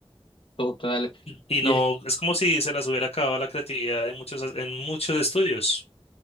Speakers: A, on the left; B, on the left.
A: total.
B: Y
A: Y
B: no,
A: es,
B: es como si se las hubiera acabado la creatividad en muchos, en muchos estudios,